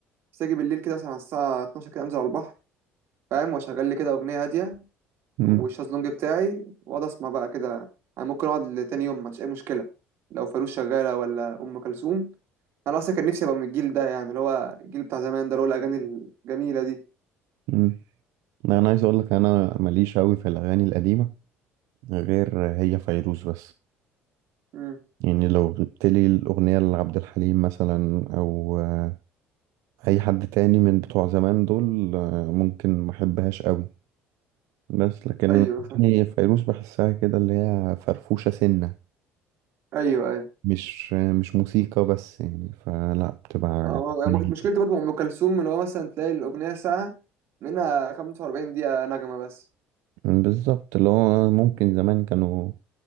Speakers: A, on the right (about 50°); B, on the right (about 80°).
A: بس اجي بالليل كده مثلا على الساعه 12 كده انزل على البحر فاهم واشغل لي كده اغنيه هاديه
B: مم.
A: والشازلونج بتاعي واقعد اسمع بقى كده انا ممكن اقعد لتاني يوم ما عنديش اي مشكله لو فانوس شغاله ولا ام كلثوم انا اصلا كان نفسي ابقى من الجيل ده يعني اللي هو الجيل بتاع زمان ده اللي هو الاغاني الجميله دي
B: مم. لا، انا عايز اقول لك انا ماليش قوي في الاغاني القديمة غير هي فيروز بس
A: امم
B: يعني لو جبت لي الاغنية لعبد الحليم مثلا او آه، اي حد تاني من بتوع زمان دول آه، ممكن ما احبهاش قوي بس لكن
A: ايوه فاهم
B: يعني فيروز بحسها كده اللي هي فرفوشة سنة
A: ايوه ايوه
B: مش مش موسيقى بس يعني فلا بتبقى
A: اه يعني
B: جميلة
A: ما كنت مشكلتي برضه مع ام كلثوم اللي هو مثلا تلاقي الاغنيه ساعه منها 45 دقيقه نغمه بس
B: بالظبط اللي هو ممكن زمان كانوا